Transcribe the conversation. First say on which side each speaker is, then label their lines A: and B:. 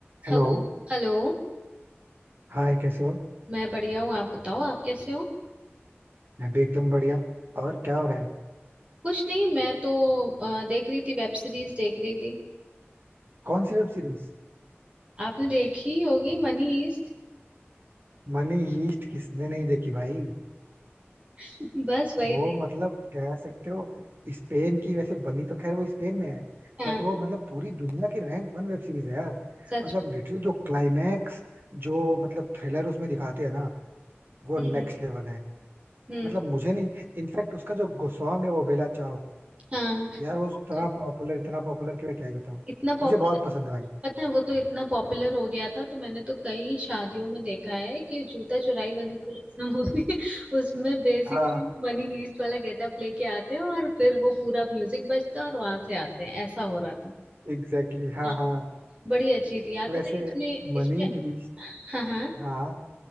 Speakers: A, on the right; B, on the right.
A: Hello
B: हेलो हेलो
A: Hi कैसे हो
B: मैं बढ़िया हूँ आप बताओ आप कैसे हो
A: मैं भी एकदम बढ़िया और क्या हो रहा है
B: कुछ नहीं मैं तो अ, देख रही थी वेब सीरीज देख रही थी
A: कौन सी वेब सीरीज
B: आपने देखी होगी मनी हीस्ट
A: मनी हीस्ट किसने नहीं देखी भाई
B: <laughs> बस वही
A: वो
B: देख
A: मतलब कह सकते हो स्पेन की वैसे बनी तो खैर वो स्पेन में है
B: हाँ
A: बट वो मतलब पूरी दुनिया की रैंक वन वेब सीरीज है यार
B: सच
A: मतलब लिटरली जो क्लाइमैक्स जो मतलब थ्रिलर उसमें दिखाते हैं ना वो
B: हम्म
A: नेक्स्ट लेवल है
B: हम्म
A: मतलब मुझे नहीं इनफैक्ट उसका जो सॉन्ग है वो बेला चाओ
B: हाँ
A: यार वो इतना
B: तो
A: पॉपुलर इतना पॉपुलर कि मैं क्या ही बताऊं
B: इतना पॉपुलर
A: मुझे बहुत पसंद है भाई
B: पता है वो तो इतना पॉपुलर हो गया था तो मैंने तो कई शादियों में देखा है कि जूता चुराई वाली जो <laughs> रस्म होती है उसमें बेसिकली
A: <laughs> हाँ
B: मनी हीस्ट वाला गेटअप लेके आते हैं और फिर वो पूरा म्यूजिक बजता है और वहां से आते हैं ऐसा हो रहा था
A: एग्जैक्टली exactly, हाँ
B: हाँ।
A: हाँ
B: बड़ी अच्छी थी यार
A: वैसे
B: पता है इसमें इसमें
A: मनी हीस्ट
B: हाँ हाँ
A: हाँ